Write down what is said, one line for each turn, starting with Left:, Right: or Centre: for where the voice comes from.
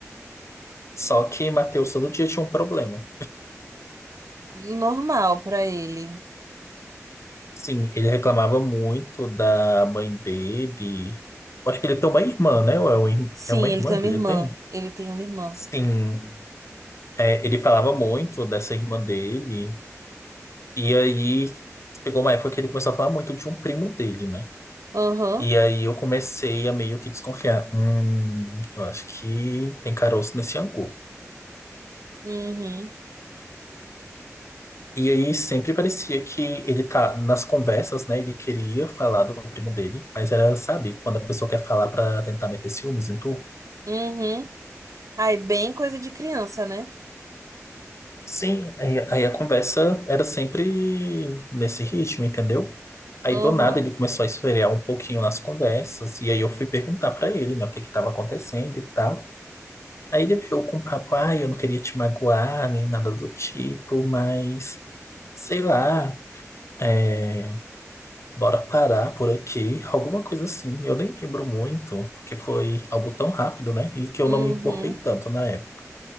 Left: Só que Matheus todo dia tinha um problema.
Right: normal pra ele.
Left: Sim, ele reclamava muito da mãe dele. Eu Acho que ele tem uma irmã, né? Ou é um ir-
Right: Sim,
Left: é uma irmã
Right: ele tem uma
Left: que
Right: irmã.
Left: ele tem?
Right: Ele tem uma irmã.
Left: Sim, é, ele falava muito dessa irmã dele. E aí chegou uma época que ele começou a falar muito de um primo dele, né?
Right: Aham.
Left: E aí eu comecei a meio que desconfiar. Hum, eu acho que tem caroço nesse angu.
Right: Uhum.
Left: E aí sempre parecia que ele tá nas conversas, né? Ele queria falar do primo dele, mas era, sabe, quando a pessoa quer falar pra tentar meter ciúmes em tu.
Right: Uhum. Aí, bem coisa de criança, né?
Left: Sim, Aí, aí a conversa era sempre nesse ritmo, entendeu? Aí
Right: Aham.
Left: do nada ele começou a esfriar um pouquinho nas conversas, e aí eu fui perguntar pra ele, né, o que que tava acontecendo e tal. Aí ele veio com o papo, ah, eu não queria te magoar, nem nada do tipo, mas sei lá. é Bora parar por aqui, alguma coisa assim. Eu nem lembro muito, porque foi algo tão rápido, né? E que eu
Right: Uhum.
Left: não me importei tanto na época.